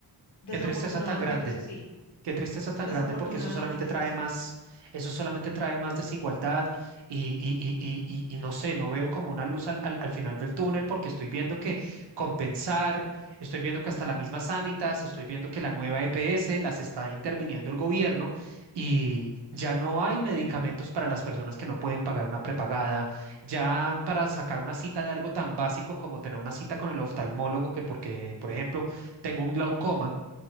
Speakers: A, on the left (about 65°); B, on the right (about 65°).
A: Desafortunadamente
B: Qué tristeza tan grande.
A: es así,
B: Qué tristeza tan
A: desafortunadamente
B: grande porque eso solamente trae
A: es así.
B: más, eso solamente trae más desigualdad y, y- y- y- y- y no sé, no veo como una luz al, al- al final del túnel porque estoy viendo que compensar, estoy viendo que hasta la misma Sanitas, estoy viendo que la nueva EPS las está interviniendo el gobierno y ya no hay medicamentos para las personas que no pueden pagar una prepagada, ya para sacar una cita de algo tan básico como tener una cita con el oftalmólogo que porque, por ejemplo, tengo un glaucoma